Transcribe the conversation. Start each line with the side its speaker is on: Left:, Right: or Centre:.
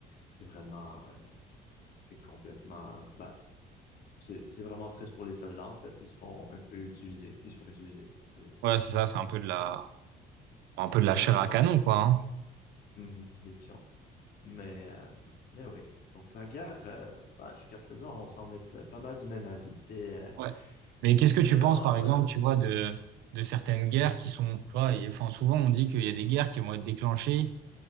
Left: C'est vraiment, euh, c'est complètement, bah c'est c'est vraiment triste pour les soldats, en fait. Ils se font un peu utiliser. Ils se font utiliser. C'est
Right: Ouais,
Left: ouais,
Right: c'est ça, c'est un peu de la un peu de la
Left: des
Right: chair
Left: pions.
Right: à canon, quoi. hein.
Left: Mhm, des pions. Mais, euh, mais oui. Donc, la guerre, euh, ouais, jusqu'à présent, on semble être pas mal du même avis. C'est euh,
Right: Ouais. Mais qu'est-ce
Left: c'est
Right: que tu
Left: vraiment
Right: penses, par
Left: pas
Right: exemple,
Left: la solution.
Right: tu vois, de, de certaines guerres qui sont, tu vois, et- enfin, souvent on dit qu'il y a des guerres qui vont être déclenchées